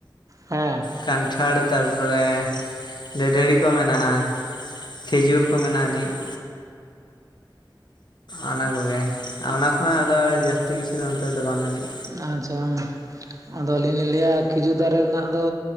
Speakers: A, on the right; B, on the left.
A: ᱦᱚᱸ
B: ᱠᱟᱱᱴᱷᱟᱲ ᱛᱟᱨᱯᱚᱨᱮ ᱰᱟᱹᱰᱷᱟᱹᱲᱤ ᱠᱚ ᱢᱮᱱᱟᱜᱼᱟ ᱾ ᱠᱷᱮᱡᱩᱨ ᱠᱚ ᱢᱮᱱᱟᱜ ᱟᱹᱱᱤᱡ ᱾ ᱚᱱᱟ ᱠᱚᱜᱮ ᱟᱨ ᱚᱱᱟ ᱠᱷᱚᱱᱟᱜ ᱟᱫᱚ ᱡᱟᱹᱥᱛᱤ ᱠᱤᱪᱷᱩ ᱫᱚ ᱱᱚᱛᱮ ᱫᱚ ᱵᱟᱱᱩᱜ ᱟᱱᱤᱡ᱾
A: ᱟᱨ ᱡᱟᱦᱟᱱ, ᱟᱫᱚ ᱟᱹᱞᱤᱧ ᱞᱤᱧ ᱞᱟᱹᱭᱟ ᱠᱷᱤᱡᱩᱨ ᱫᱟᱨᱮ ᱨᱮᱱᱟᱜ ᱫᱚ